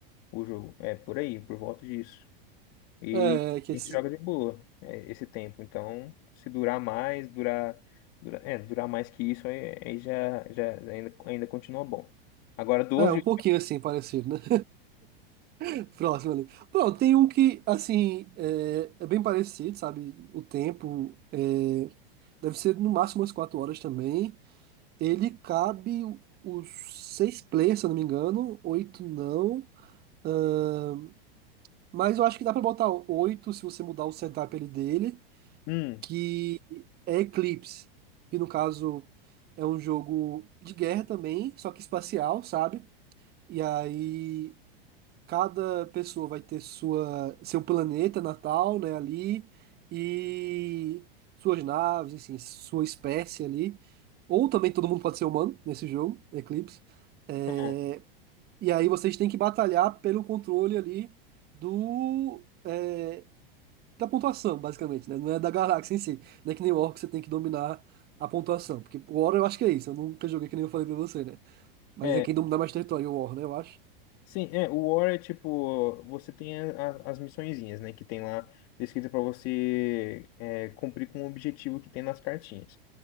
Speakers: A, on the left (about 50°); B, on the right (about 35°).
A: o jogo. É por aí, por volta disso. E
B: É, é que
A: a
B: esse-
A: gente joga de boa é, esse tempo. Então, se durar mais, durar, dura- é, durar mais que isso, aí, aí já, já ainda, ainda continua bom. Agora, doze
B: é, um pouquinho assim, parecido, né? <laughs> Próximo ali. Pronto, tem um que, assim, é, é bem parecido, sabe? O tempo é, deve ser no máximo umas quatro horas também. Ele cabe os seis players, se eu não me engano, oito não. Ahn, mas eu acho que dá pra botar oito se você mudar o setup ali dele,
A: hum,
B: que é Eclipse, que no caso é um jogo de guerra também, só que espacial, sabe? E aí. Cada pessoa vai ter sua, seu planeta natal, né, ali, e suas naves, enfim, sua espécie ali. Ou também todo mundo pode ser humano nesse jogo, Eclipse. É,
A: hum,
B: e aí vocês têm que batalhar pelo controle ali do, é, da pontuação, basicamente, né? Não é da galáxia em si. Não é que nem o War que você tem que dominar a pontuação. Porque o War eu acho que é isso. Eu nunca joguei que nem eu falei pra você, né? Mas
A: hum.
B: é quem domina mais território, o War, né? Eu acho.
A: Sim, é, o War é tipo, você tem a- a- as missõezinhas, né, que tem lá descrita para você é, cumprir com o objetivo que tem nas cartinhas.